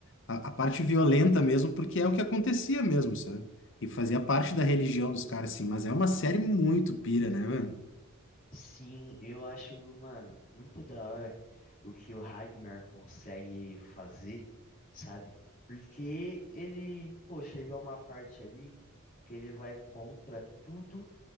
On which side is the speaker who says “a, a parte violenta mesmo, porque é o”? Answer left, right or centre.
Left